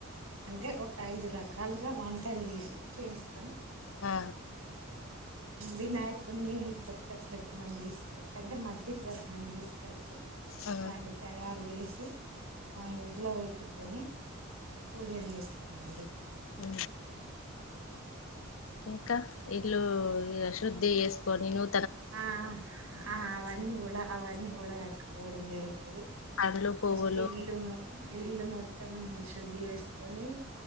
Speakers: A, on the right; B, on the left.
A: అంటే ఒక ఐదు రకాలుగా వంటలు చేసి చేస్తాం
B: ఆ
A: వినాయకుడిని కొత్త ప్రతిమను తీసుకొచ్చి అంటే మట్టి ప్రతిమను తీసుకొచ్చి
B: ఆ
A: దాన్ని తయారు చేసి మా ఇంట్లో పెట్టుకొని పూజలు చేస్తామండి
B: అ ఇంకా ఇల్లు శుద్ధి చేసుకొని ను
A: ఆ ఆ అవన్నీ కూడా అవన్నీ కూడా కట్టుకోవడం జరుగుతుంది
B: పండ్లు పువ్వులు
A: ఫస్ట్ ఇల్ము ఇల్లు మొత్తం శుద్ధి చేసుకొని